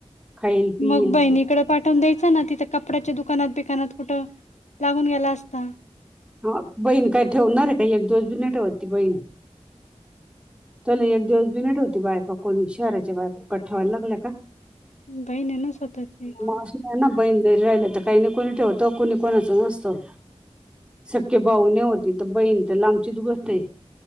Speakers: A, in the centre; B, on the left.
A: खाईल पिईल
B: मग बहिणीकडे पाठवून द्यायच ना तिथं कपड्याच्या दुकानात बिकानात कुठं? लागून गेला अस असता.
A: हा बहीण काय ठेवणार आहे काही एक दोस बी नाही ठेवत त बहीण चला एक दिवस बिन ठेवती बायका कोणी शहराच्या बायका काय ठेवायला लागला का?
B: बहिणी ना स्वतःची.
A: मगअसू द्याना बहीण जरी राहिलं तर काही नाही कोणी ठेवतो कोणी कोणाचं नसतं. सखे भाऊ न होती तर बहीण तर लांबचीच गोष्ट आहे